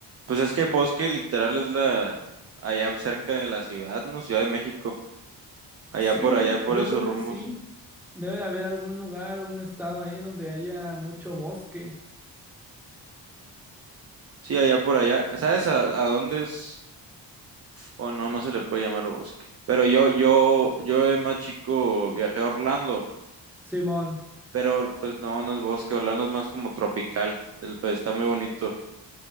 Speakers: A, on the right; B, in the centre.
A: Pues es que Bosque literal es la allá cerca de la ciudad, ¿no? Ciudad de México. Allá
B: Sí,
A: por
B: yo,
A: allá, por
B: yo
A: esos
B: creo
A: rumbos.
B: que sí. Debe de haber algún lugar o un estado ahí donde haya mucho bosque.
A: Sí, allá por allá. ¿Sabes a, a dónde es? O no, no se le puede llamar Bosque. Pero yo, yo, yo de más chico viajé a Orlando,
B: Simón,
A: pero pues no, no es Bosque. Orlando es más como tropical. el- Pues está muy bonito.